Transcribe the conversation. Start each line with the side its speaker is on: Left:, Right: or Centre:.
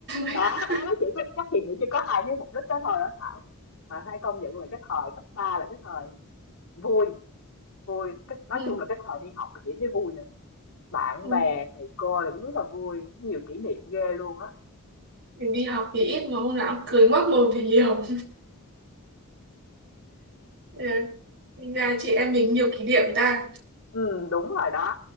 Right: <laughs>
Left: đó đó chỉ có chắc chị nghĩ chỉ có hai cái mục đích đó thôi đó Thảo à, hãy công nhận là cái thời cấp 3 là cái thời vui vui cái, nói
Right: Ừ,
Left: chung là cái thời đi học là chị thấy vui nha bạn
Right: ừ.
Left: bè thầy cô là cũng rất là vui nhiều kỷ niệm ghê luôn á
Right: mình đi học thì ít mà hôm nào cũng cười ngoác mồm thì nhiều Ừ, gà chị em mình nhiều kỷ niệm ta
Left: ừ đúng rồi đó